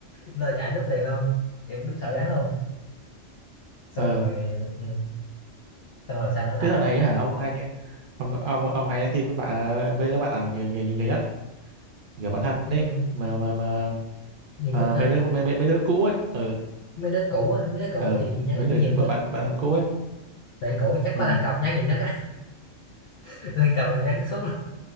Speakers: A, on the left; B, on the right.
A: lơ chạy núp liền luôn kiểu đúng sợ rắn luôn xong
B: ừ
A: rồi ừ, xong rồi sao nữa
B: tới
A: ta
B: dạo này á hả ông hay nhé ông ông ông hay nhắn tin với bạn với đứa bạn nào nhiều nhiều nhiều, nhiều nhất kiểu bạn thân
A: nhiều
B: đấy mà mà mà
A: nhiều
B: à,
A: nhất hả
B: mấy đứa mấy, mấy, mấy đứa cũ ấy ừ
A: mấy đứa cũ á, mấy đứa cũ
B: ừ
A: thì nhắn
B: mấy người
A: nhiều
B: bạn
A: nhất
B: bạn thân cũ ấy
A: bạn cũ chắc có
B: ừ
A: lăn cọc nhắn nhiều nhất á <laughs> lăn cọc là nhắn suốt luôn